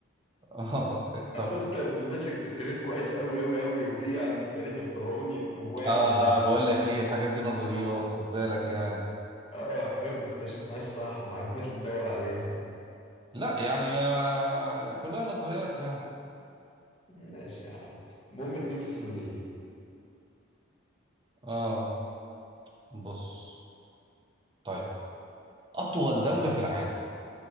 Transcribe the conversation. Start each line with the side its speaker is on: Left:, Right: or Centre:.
Right: اه طب
Left: أصل أنت ماسك في التاريخ كويس أوي أوي أوي وتيجي عند التاريخ الفرعوني وواقع
Right: آه
Left: منك
Right: بقول لك ايه الحاجات دي نظريات خد بالك يعني
Left: أه حاجات ما اكتشفناهاش صح ما عرفناش ندور عليها
Right: لا يعني ما ما- كلها نظريات يعني
Left: ماشي يا عم المهم 2-0 ليا
Right: اه بص طيب اطول دولة في العالم